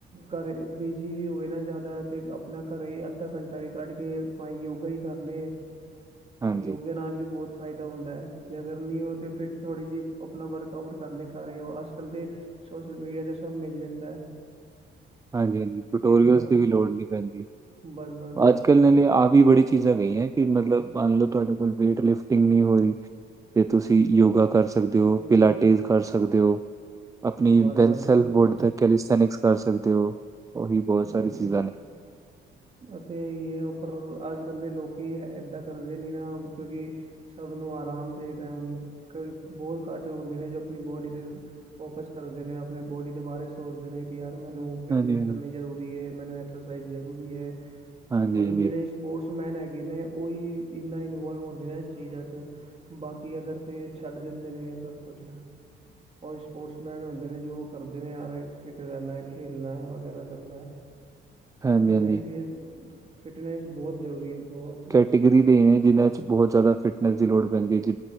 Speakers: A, on the right; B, on the right.
A: ਘਰ ਬਿਜ਼ੀ ਵੀ ਹੋਵੇ ਨਾ ਜਿਆਦਾ ਤੇ ਅਪਣਾ ਘਰੋਂ ਈ ਅੱਧਾ ਘੰਟਾ ਵੀ ਕੱਢ ਕੇ ਭਾਏ ਯੋਗਾ ਈ ਕਰ ਲੇ।
B: ਹਾਂਜੀ
A: ਫੇਰ ਯੋਗਾ ਨਾਲ ਵੀ ਬੋਤ ਫਾਇਦਾ ਹੁੰਦਾ ਹੈ। ਜੇ ਅਗਰ ਨੀ ਹੋਏ ਤੇ ਫਿਰ ਥੋੜੀ ਜੀ ਅਪਣਾ ਵਰਕ ਕਵਰ ਕਰ ਲੇ, ਕਰ ਰਏ ਓ, ਅੱਜ-ਕਾੱਲ ਤੇ ਸੋਸ਼ਲ ਮੀਡੀਆ 'ਤੇ ਸਭ ਮਿਲ ਜਾਦੈ।
B: ਹਾਂਜੀ-ਹਾਂਜੀ ਟਟੋਰੀਅਲਸ
A: ਹਾਂ
B: ਦੀ ਵੀ ਲੋੜ ਨੀ ਪੈਦੀ।
A: ਬਸ ਬਸ ਬਸ
B: ਆਜ-ਕੱਲ ਨਾਲੇ ਆ ਵੀ ਬੜੀ ਚੀਜ ਆ ਗਈ ਐ ਕਿ ਮਤਲਬ ਮੰਨ ਲੋ ਤੁਆਡੇ ਕੋਲ ਵੇਟ ਲਿਫਟਿੰਗ ਨੀ ਹੋ ਰੀ ਤੇ ਤੁਸੀ ਯੋਗਾ ਕਰ ਸਕਦੇ ਓ,
A: ਹੂੰ
B: ਪਿਲਾਟੇਜ਼ ਕਰ ਸਕਦੇ ਓ। ਆਪਣੀ
A: ਬਸ
B: ਪੈਨਸਲ
A: ਬਸ ਬਸ ਉਹੀ
B: ਬੋਰਡ ਤੇ ਕੈਲੀਸਥੈਨਿਕਸ ਕਰ ਸਕਦੇ ਓ। ਹੋਰ ਵੀ ਬੋਹੋਤ
A: ਉਹੀ
B: ਸਾਰੀ
A: ਤੇ
B: ਚੀਜਾ ਨੇ
A: ਅਤੇ ਯੇ ਉਪਰ ਆਜ-ਕੱਲ ਦੇ ਲੋਕੀ ਇਹ ਐਦਾਂ ਕਰਦੇ ਨੇ ਨਾ ਕਿਉਕਿ ਸ਼ਭ ਨੂੰ ਆਰਾਮ ਚਾਈਦੈ ਹੁਣ। ਕਈ ਬੋਤ ਘੱਟ ਹੁੰਦੇ ਨੇ ਜੋ ਆਪਣੀ ਬੋਡੀ ਦੇ ਫੋਕਸ ਕਰਦੇ ਨੇ, ਆਪਣੇ ਬੋਡੀ ਦੇ ਬਾਰੇ ਸੋਚਦੇ ਨੇ ਕਿ ਯਾਰ ਮੈਨੂੰ ਫਿਟਨੈਸ
B: ਹਾਂਜੀ ਹਾਂਜੀ
A: ਕਰਨੀ ਜਰੂਰੀ ਏ, ਮੈਨੂੰ ਐਕਸਰਸਾਈਜ਼ ਜ਼ਰੂਰੀ ਏ।
B: ਹਾਂਜੀ
A: ਹੁਣ
B: ਹਾਂਜੀ
A: ਜੜੇ ਸਪੋਰਟਸ ਮੈਨ ਹੈਗੇ ਨੇ ਓਹੀ ਇੰਨਾ ਇਨਵੋਲਵ ਹੁੰਦੇ ਨੇ ਏਸ ਚੀਜਾਂ 'ਚ ਬਾਕੀ ਅਗਰ ਕੋਈ ਛੱਡ ਦਿੰਦੇ ਨੇ ਏ ਸਭ ਕੁਛ ਓਈ ਸਪੋਰਟਸਮੈਨ ਹੁੰਦੇ ਨੇ ਜੋ ਕਰਦੇ ਨੇ ਆਰ ਐ ਫਿੱਟ ਕਰਨੈ, ਖੇਲਨੈ ਵਗੈਰਾ ਕਰਨੈ,
B: ਹਾਂਜੀ
A: ਹੁਨ
B: ਹਾਂਜੀ
A: ਐਹੀ ਏ, ਫਿਟਨਸ ਬੋਤ ਜਰੂਰੀ ਏ, ਬੋਤ
B: ਤਿਗਰੀ ਦੇ ਲੀ ਜਿਨਾ 'ਚ ਬੋਹੋਤ ਜਿਆਦਾ ਫਿਟਨੈਸ ਦੀ ਲੋੜ ਪੈਂਦੀ ਏ ਜ